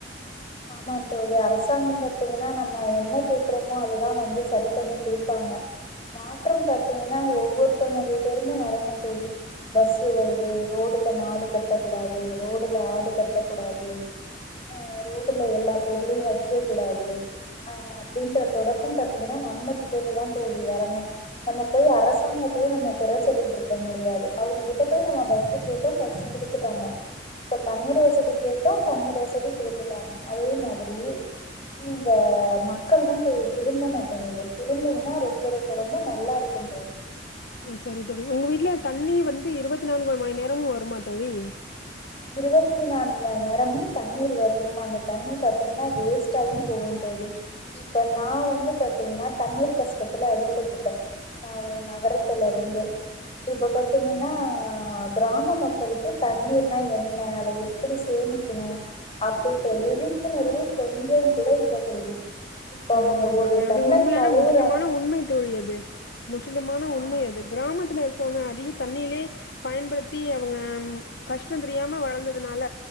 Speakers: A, on the left; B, on the left.
A: ஆமா தோழி அரசாங்கம் பார்த்தீங்கன்னா நம்ம என்ன கேக்குறோமோ அததான் வந்து சரி பண்ணி குடுப்பாங்க மாற்றம் பாத்தீங்கன்னா ஒவ்வொருத்தவங்கிட்ட இருந்தும் வரணும் தோழி பஸ் வருது ரோடுல மாடு கட்டக்கூடாது ரோடுல ஆடு கட்டக்கூடாது ஆஹ் ரோட் <unintelligible> எல்லா பொருளையும் வைக்க கூடாது அஹ் அப்டின்ற தொடக்கம் பாத்தீங்கன்னா நம்மகிட்ட இருந்துதான் தோழி வரணும் நம்ம போய் அரசாங்கத்தையே நம்ம குற சொல்லிட்ருக்க முடியாது அவங்ககிட்ட போய் நம்ம பஸ்சு கேட்டோம் பஸ்சு குடுத்துட்டாங்க இப்ப தண்ணீர் வசதி கேட்டோம் தண்ணீர் வசதி குடுத்துட் <unintelligible> அதே மாதிரி இந்த மக்கள் தான் தோழி திருந்த மாட்டேங்குது திருந்துதுன்னா ரொம்ப ரொம்ப ரொம்ப நல்லா இருக்கும் தோழி
B: ஓ சரி தோழி உங்க வீட்டுல தண்ணி வந்து இருபத்தி நான்கு மணி நேரமும் வருமா தோழி
A: இருபத்தி நான்கு மணி நேரமும் தண்ணீர் வரும் அந்த தண்ணி பாத்தீங்கன்னா வேஸ்டாவும் போவும் தோழி இப்ப நான் வந்து பாத்தீங்கன்னா தண்ணீர் கஷ்டத்துல அடிபட்டுட்டேன் நான் ஒரு நகரத்துல இருந்து இப்ப பாத்தீங்கன்னா ஆஹ் கிராம மக்களுக்கு தண்ணீர் என்ன அத எப்டி சேமிக்கணும் அப்படின்ற விழிப்புணர்வு கொஞ்சம் கூட இல்ல தோழி இப்ப அவங்க
B: ஆனான்
A: ஒரு
B: தோழி
A: டம்ளர்
B: அது உண்மையான
A: கழுவுறாங்க
B: முற்றிலுமான உண்மை தோழி அது முற்றிலுமான உண்மை
A: ஆமா
B: அது கிராமத்துல இருக் அவங்க அதிக தண்ணிலே பயன்படுத் பத்தி அவங்க கஷ்டம் தெரியாம வளர்ந்ததுனால